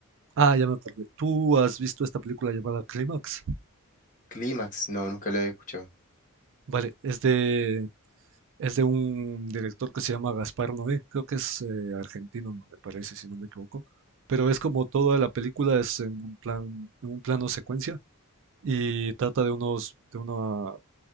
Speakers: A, on the right; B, on the left.
A: Ah, ya me acordé. ¿Tú has visto esta película llamada Clímax?
B: Clímax, no, nunca la he escuchado.
A: Vale, es de, es de un director que se llama Gaspar Noé, creo que es eh, argentino, me parece, si no me equivoco, pero es como toda la película es en un plan, en un plano secuencia y trata de unos, de una,